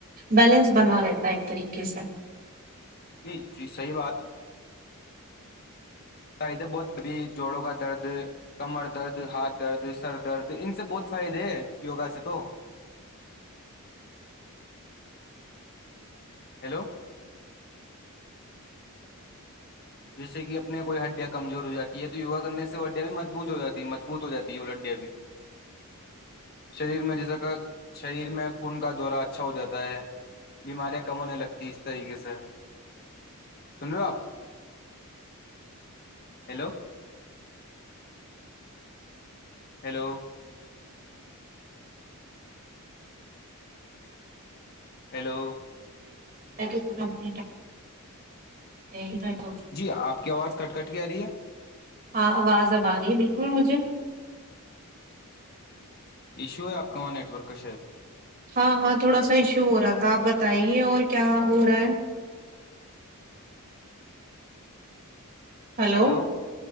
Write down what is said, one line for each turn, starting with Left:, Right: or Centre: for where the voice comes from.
Right: بیلنس بنا رہتا ہے ایک طریقے سے
Left: نہیں جی صحی بات قائدے بہت بھی جوڑوں کا درد کمر درد ہاتھ درد سر درد ان سے بہت فائدے ہے یوگا سے تو ہیلو جیس سے کہ اپنے کوئی ہڈیا کمزور ہو جاتی ہے تو یوگانے سے وہ ہڈیا بھی مضبوط ہو جاتی ہے مضبوط ہو جاتی ہے وہ ہڈیا بھی <inaudible> شریر میں جیسا کہ شریر میں خون کا دورہ اچھا ہو جاتا ہے بیماریاں کم ہونے لگتی اس طریقے سے سن رہے ہو آپ ہیلو ہیلو ہیلو
Right: <inaudible> <inaudible>
Left: جی آپ کی آواز کٹ کٹ کے آ رہی ہے
Right: ہاں آواز آب رہی ہے بالکل مجھے
Left: ایشو ہے آپ کے وہاں نیٹ ورک کا شا
Right: ہاں ہاں تھوڑا سا ایشو ہو رہا تھا آپ بتائیے اور کیا ہو رہا ہے ہلو
Left: ہیلو